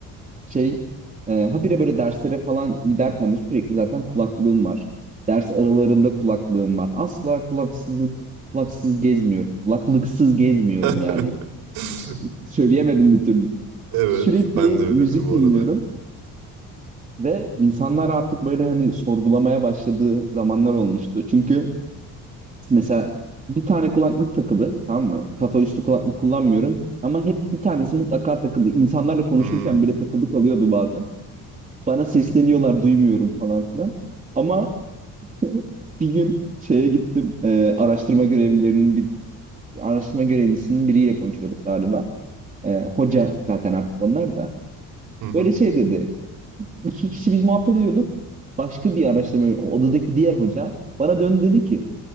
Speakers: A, on the right; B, on the right.
A: şey e, habire böyle derslere falan giderken de sürekli zaten kulaklığım var. Ders aralarında kulaklığım var. Asla kulaksızlık kulaksız gezmiyorum. Kulaklıksız gezmiyorum
B: <laughs>
A: yani. S- Söyleyemedim bir türlü.
B: Evet,
A: Sürekli
B: ben de öyledir
A: müzik
B: bu
A: dinliyorum
B: arada.
A: ve insanlar artık böyle hani sorgulamaya başladığı zamanlar olmuştu. Çünkü Mesela bir tane kulaklık takılı, tamam mı? Kafa üstü kulaklık kullanmıyorum ama hep bir tanesi mutlaka takılı. İnsanlarla konuşurken
B: Hmm.
A: bile
B: <laughs>
A: takılık alıyordu bazen. Bana sesleniyorlar, duymuyorum falan filan. Ama <laughs> bir gün şeye gittim. e, araştırma görevlilerinin bir araştırma görevlisinin biriyle konuşuyorduk galiba. E, hoca zaten artık onlar da.
B: Hı hı.
A: Böyle şey dedi. İki kişi biz muhabbet ediyorduk. Başka bir araştırma odadaki diğer hoca bana döndü dedi ki